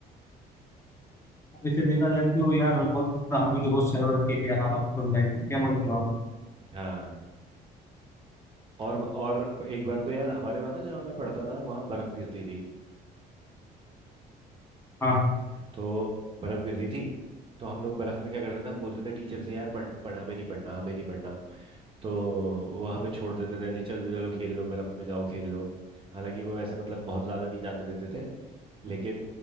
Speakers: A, on the left; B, on the right.
A: इसे देखा जाए तो यार बहुत मतलब हमने तो बहुत शरारत की थी यार हमारी लाइफ में क्या बोलते हो आप
B: हाँ और और एक बार तो यार हमारे वहाँ ना जहाँ मैं पढ़ता था वहाँ बर्फ गिरती थी
A: हाँ
B: तो बर्फ गिर रही थी तो हम लोग बर्फ में क्या करते थे हम बोलते थे टीचर से यार पढ़ पढ़ हमें नहीं पढ़ना हमें नहीं पढ़ना तो वो हमें छोड़ देते थे ऐसे ही, चलो चलो खेल लो बर्फ में जाओ खेल लो हालांकि वो ऐसे मतलब बहुत ज्यादा नहीं जाने देते थे लेकिन